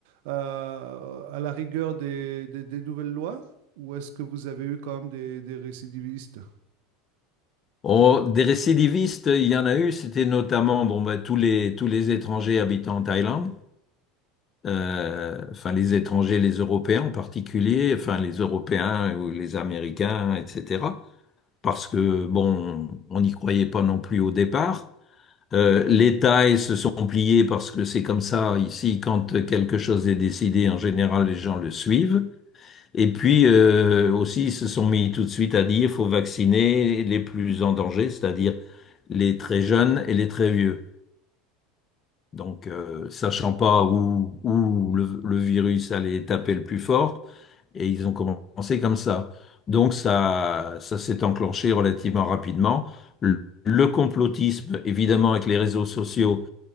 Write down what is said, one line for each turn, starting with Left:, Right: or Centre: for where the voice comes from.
Right: à, à la rigueur des, des- des nouvelles lois? Ou est-ce que vous avez eu quand même des des récidivistes?
Left: Oh, des récidivistes, il y en a eu, c'était notamment bon, bah, tous les, tous les étrangers habitant en Thaïlande, euh, enfin les étrangers, les Européens en particulier, enfin les Européens ou les Américains, etc. Parce que, bon, on n'y croyait pas non plus au départ. Euh, les Thaïs se sont pliés parce que c'est comme ça ici, quand quelque chose est décidé, en général, les gens le suivent. Et puis euh, aussi, ils se sont mis tout de suite à dire, il faut vacciner les plus en danger, c'est-à-dire les très jeunes et les très vieux. Donc, euh, sachant pas où, où le, le virus allait taper le plus fort, et ils ont commencé comme ça. Donc, ça, ça s'est enclenché relativement rapidement. Le, le complotisme, évidemment, avec les réseaux sociaux